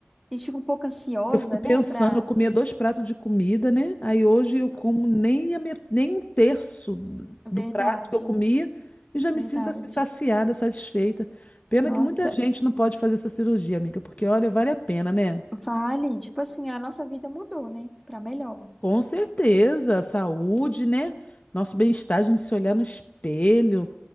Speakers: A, in the centre; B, on the left.
A: A gente fica um pouco ansiosa,
B: Eu fico pensando,
A: né? Pra.
B: eu comia dois pratos de comida, né? Aí hoje eu
A: Não,
B: como nem, a met- nem um terço do
A: Verdade,
B: prato que eu comia e já me
A: verdade.
B: sinto assim saciada, satisfeita. Pena
A: Nossa,
B: que muita gente não pode fazer essa cirurgia, amiga, porque olha, vale a pena, né?
A: vale. Tipo assim, a nossa vida mudou, né? Pra melhor.
B: Com certeza, saúde, né? Nosso bem-estar, a gente se olhar no espelho.